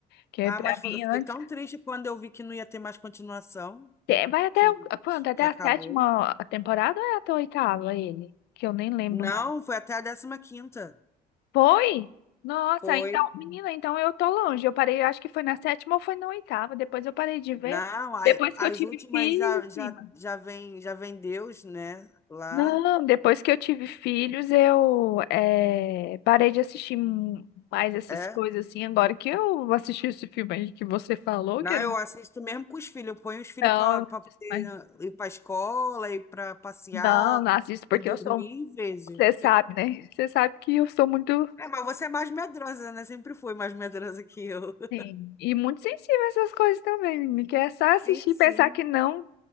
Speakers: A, on the left; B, on the left.
A: Que
B: Ah,
A: é pra
B: mas foi-
A: mim
B: eu fiquei
A: antes.
B: tão triste quando eu vi que não ia ter mais continuação,
A: te- Vai até
B: que,
A: o- quanto? Até
B: que acabou.
A: a sétima temporada ou é até a oitava ele? Que eu nem lembro
B: Não,
A: mais.
B: foi até a décima quinta
A: Foi? Nossa,
B: Foi.
A: então, menina, então eu tô longe. Eu parei, acho que foi na sétima ou foi na oitava. Depois eu parei de ver.
B: Não, a-
A: Depois que
B: as
A: eu tive
B: últimas
A: filhos,
B: já, já,
A: prima.
B: já vem, já vem Deus, né? Lá.
A: Não, depois que eu tive filhos, eu eh, parei de assistir mu- mais essas
B: é
A: coisas assim. Agora que eu assisti esse filme aí que você falou,
B: Não,
A: que era.
B: eu assisto mesmo com os filhos. Eu ponho os filhos
A: Não,
B: para
A: eu não
B: poder
A: assisto mais.
B: ir para escola, ir para passear
A: Não, não assisto porque
B: e dormir
A: eu sou.
B: e vejo.
A: Você sabe, né? Você sabe que eu sou muito.
B: É, mas você é mais medrosa, né? Sempre foi mais medrosa que eu. <laughs>
A: Sim. E muito sensível a essas coisas também, menina, que é só
B: Sim,
A: assistir
B: sim.
A: e pensar que não.